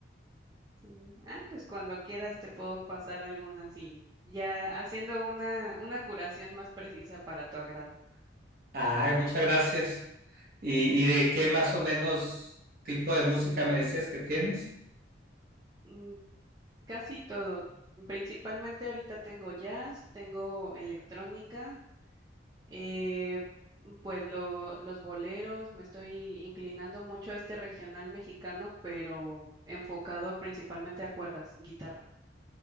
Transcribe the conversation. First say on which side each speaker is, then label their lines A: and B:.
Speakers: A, on the right (about 20°); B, on the right (about 50°).
A: sí. Ah, pues cuando quieras te puedo pasar algunas y ya haciendo una, una curación más precisa para tu agrado.
B: Ay, muchas gracias. ¿Y, y de qué más o menos tipo de música me decías que tienes?
A: Mm, Casi todo. Principalmente ahorita tengo jazz, tengo electrónica, Eh, pues lo- los boleros, me estoy inclinando mucho a este regional mexicano, pero enfocado principalmente a cuerdas, guitarra.